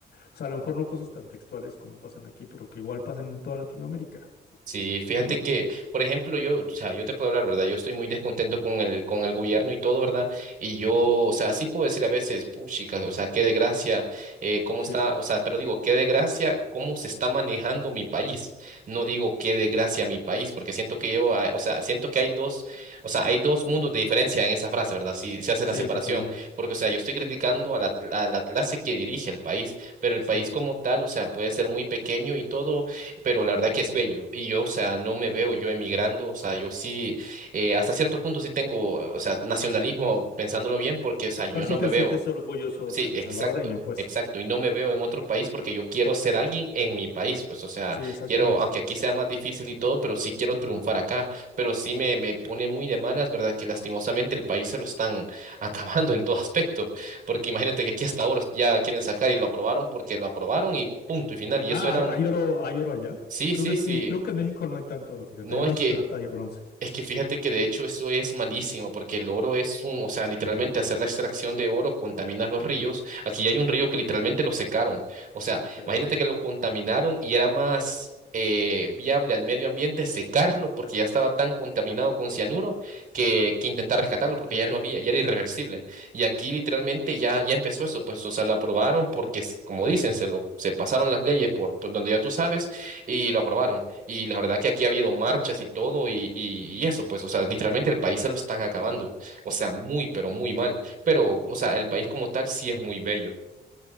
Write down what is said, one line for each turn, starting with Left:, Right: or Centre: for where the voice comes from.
Left: sea, a lo mejor no cosas tan textuales como pasan aquí, pero que igual pasan en toda Latinoamérica,
Right: Sí, fíjate
Left: ¿no?
Right: que, por ejemplo, yo, o sea, yo te puedo hablar, ¿verdad? Yo estoy muy descontento con el, con el gobierno y todo, ¿verdad? Y yo, o sea, sí puedo decir a veces, puchica, o sea, qué desgracia, eh, cómo
Left: Sí,
Right: está, o sea, pero digo, qué desgracia, cómo se está manejando mi país. No digo qué desgracia mi país, porque siento que yo, ah, o sea, siento que hay dos, o sea, hay dos mundos de diferencia en esa frase, ¿verdad? Si se hace
Left: sí,
Right: la separación,
Left: totalmente,
Right: porque, o sea, yo estoy criticando a la, a la clase que dirige el país, pero el
Left: sí.
Right: país como tal, o sea, puede ser muy pequeño y todo pero la verdad que es bello. Y yo, o sea, no me veo yo emigrando, o sea, yo sí, eh, hasta cierto punto sí tengo, eh, o sea, nacionalismo, pensándolo bien, porque, o sea, yo
Left: sea, sí
Right: no
Left: te
Right: me veo,
Left: sientes orgulloso
Right: sí,
Left: de ser
Right: exacto,
Left: salvadoreño, pues.
Right: exacto, y no me veo en otro país porque yo quiero ser alguien en mi país, pues, o sea,
Left: Sí, exactamente.
Right: quiero, aunque aquí sea más difícil y todo, pero sí quiero triunfar acá, pero sí me, me pone muy de malas, ¿verdad? Que lastimosamente el país se lo están <laughs> acabando en todo aspecto, porque imagínate que aquí hasta ahora ya quieren sacar y lo aprobaron porque lo aprobaron y punto y final, y
Left: Ah,
Right: eso era
Left: hay, hay
Right: una...
Left: oro, hay oro allá.
Right: Sí,
Left: Creo
Right: sí,
Left: que aquí,
Right: sí,
Left: creo que en México no hay tanto oro, fíjate,
Right: no,
Left: hay más
Right: es que,
Left: plata y bronce.
Right: es que fíjate que de hecho eso es malísimo, porque el oro es un, o sea, literalmente hacer la extracción de oro contamina los ríos. Aquí hay un río que literalmente lo secaron. O sea,
Left: Ok,
Right: imagínate que lo contaminaron y era más eh, viable al medio ambiente secarlo porque ya estaba tan contaminado con cianuro que, que intentar rescatarlo porque
Left: ok.
Right: ya no había, ya era irreversible. Y aquí literalmente ya, ya empezó eso, pues, o sea, lo aprobaron porque, como dicen, se lo, se pasaron las leyes por por donde ya tú sabes y lo aprobaron. Y la verdad que aquí ha habido marchas y todo y, y, y eso, pues, o sea, literalmente el país se lo están acabando. O sea, muy, pero muy mal. Pero, o sea, el país como tal sí es muy bello.